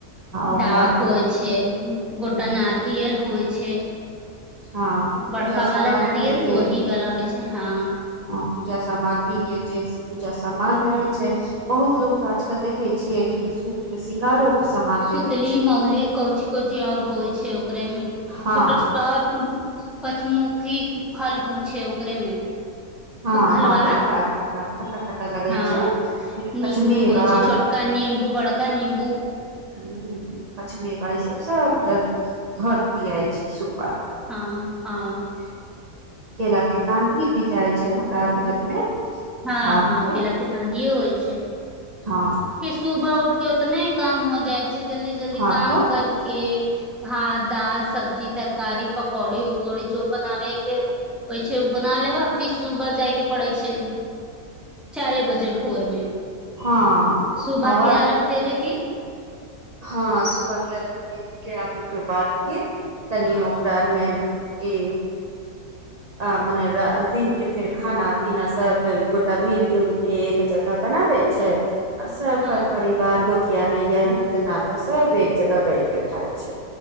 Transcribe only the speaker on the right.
ओकरा
आर मे
फिर
ह
हँ फिर पूजा
सामग्री
के
ह पूजा सामग्री के जे पूजा सामान रहे छै बहुत लोग तऽ आजकल देखे छिये कि सूप के श्रृंगारो के सामान
देवे छै
हँ
हँ
हँ
खट्टा खट्टा खट्टा खट्टा लगै
छै फिर पचमेवा
ह पचमेबा ई सब सबटा घर दियाय छै सु
केला के कानधी भी जाय छै हमरा आर घर मे
घाट
पे
हँ
हँ
तऽ
हँ
और
हँ सुबह के अरघ देबै केऽ आबय के बाद फिर तनी ओकरा अर मे ई आ मने रा दिन के फेर खाना पीना सब गोटा मिल जुलके एक जगह बनाबै छै आ सब
पर परिवार गो किया नइ य हित नाता सब एक जगह बैठ के खाय छै